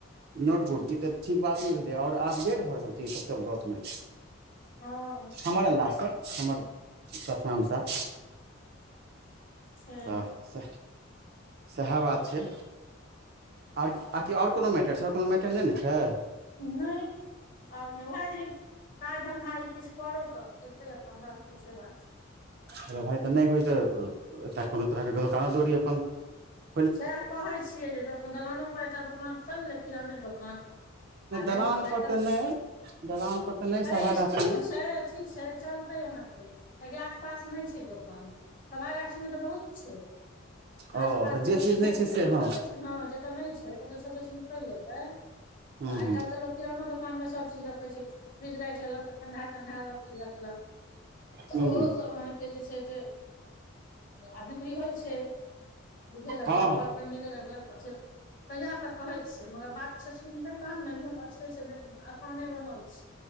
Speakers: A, on the right; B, on the left.
A: नोट बोड कि भेल- - ठीक बात नहि भेलै आओर आब लेट भऽ रहल छै ई सब सब गपमे- -
B: हं- -
A: हमर अन्दाजस हमर कथम सह- -
B: छै
A: त सै सैहे बात छै, आर -आर- - की और कोनो मैटर छ कोनो मैटर नहि ने छै।
B: नेय -- और ने उहे इही काज धन्धा ई किछु करू तऽ एतै अपन रहतै से बात- -
A: प्रभाई तऽ नहि होइ तऽ कोनो तरह के कानो दौड़ी अपन- -
B: सएह कहै छियै जे ख दलानो पर एकटा दोकान खोल ले किराने दोकान- - आ नहि
A: दलान
B: होइ छै, एल
A: पर
B: टेल
A: तऽ
B: छै,
A: नहि दलान पर तऽ नहि
B: अरे
A: सभा
B: इसकुल
A: गाछी मे
B: छै, अथी छै चल- - ते अहाँके दै त कोइ आस -पास नहि छै, दोकान- - सभा गाछी में तऽ बहुत छै
A: ओ
B: आज- - ई सब
A: तऽ
B: अहाँ
A: जे
B: के
A: चीज
B: नहि छै
A: से
B: तऽ
A: हँ
B: छोटे छै न जतऽ नहि छै ततऽ छोटे सिन खोलि लेतै- -
A: हुं --
B: आइ काइल त लोग वैहे दोकान में सब चीज रखे छै, फ्रिज राख लेलक- - त ठंडा -ठंडा ओथी रखलक त
A: हूँ
B: ओहो
A: हूँ
B: सब अहाके- - के जे छै से आ बिक्री होइ छै। दूधे रखलख
A: हँ हँ
B: प पनिरे रखलाख पर छे -- कहिया से कहै छियै मगर बात छै सुनते तहन ने इह हम अथिये से जेअकाने बनल छि।